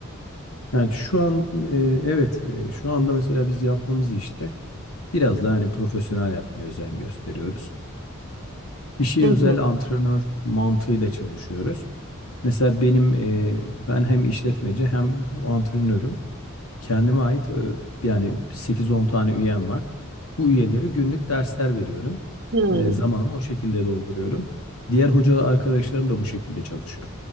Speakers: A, on the left; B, on the right.
A: Yani şu an e, evet e, şu anda mesela biz yaptığımız işte biraz daha hani profesyonel yapmaya özen gösteriyoruz. İşi
B: Hı
A: özel
B: hı.
A: antrenör mantığıyla çalışıyoruz. Mesela benim e, ben hem işletmeci hem antrenörüm. Kendime ait e, yani sekiz on tane üyem var. Bu üyelere günlük dersler veriyorum.
B: Hmm.
A: E, zamanımı o şekilde dolduruyorum. Diğer hoca arkadaşlarım da bu şekilde çalışıyor.